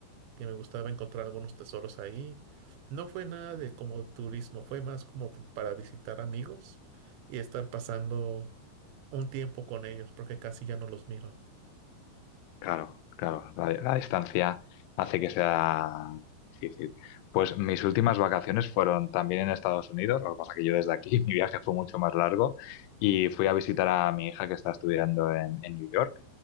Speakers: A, on the right; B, on the left.
A: que me gustaba encontrar algunos tesoros ahí. No fue nada de como turismo, fue más como p- para visitar amigos y estar pasando un tiempo con ellos, porque casi ya no los miro.
B: Claro, claro, la, la distancia hace que sea difícil. Pues mis últimas vacaciones fueron también en Estados Unidos, lo que pasa que yo desde aquí, <laughs> mi viaje fue mucho más largo y fui a visitar a mi hija que está estudiando en, en New York,